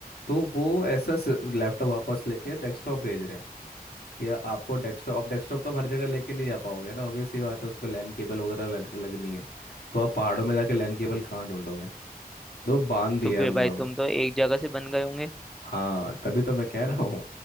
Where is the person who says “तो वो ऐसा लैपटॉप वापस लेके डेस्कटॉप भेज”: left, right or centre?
Left